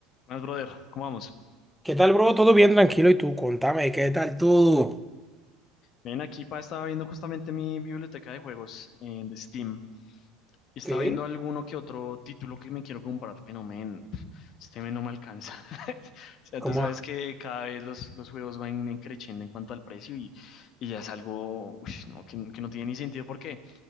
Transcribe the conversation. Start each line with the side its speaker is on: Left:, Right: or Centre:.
Left: Más, brother, ¿cómo vamos?
Centre: ¿Qué tal, bro? Todo bien, tranquilo. ¿Y tú? Contame, ¿qué tal todo?
Left: Ven aquí, pa, estaba viendo justamente mi biblioteca de juegos eh, de Steam y estaba
Centre: Ok,
Left: viendo alguno que otro título que me quiero comprar, pero men, este men no me alcanza. <laughs> O sea,
Centre: ¿Cómo?
Left: tú sabes
Centre: va?
Left: que cada vez los, los juegos van en creciendo en cuanto al precio y, y ya es algo uy, no, que, que no tiene ni sentido. ¿Por qué?